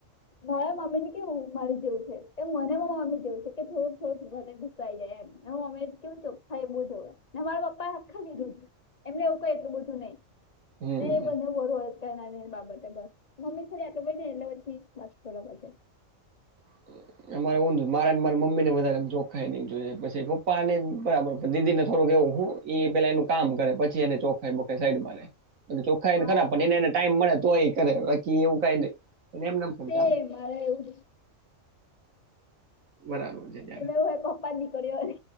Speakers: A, on the left (about 35°); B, on the right (about 80°).
A: મારા મમ્મી ને કેવું મારે જેવું છે એ મનેમાં મમ્મી જેવું છે કે થોડુંક થોડુંક ગુસાઈ જાય એમ હું અમે કેવું ચોખા એ બુ જોવાને મારા પપા એ આખારુદ્ધ એમને એવું ક એટલ બધું નઈ
B: હમ
A: નહી એ બંને વર વરદ કરનારની બાબતે બસ મમ્મી થોડી આટલ ભ ને એટલે પછી પાંચ પરો બજાર
B: <inaudible> મારે ઉંધુ મારેને મારી મમી ને વધારે જોખાઈ ન જો પછી પપ્પા ને બરાબર દીદી ને થોડુક એવું એ પેલા એનું કામ કરે પછી એને ચોખાઈ બખાય સાઈડ માં લે. ચોખા
A: હા
B: એને ખરા પણ એને એને ટાઈમ મળે તો એ કરે બાકી એવું કઈ નહી એમ નામ પણ
A: સેમ
B: ચાલે.
A: મારે એવું
B: બરાબર છે ત્યારે
A: તમે એવું પપ્પા નીકળ્યો.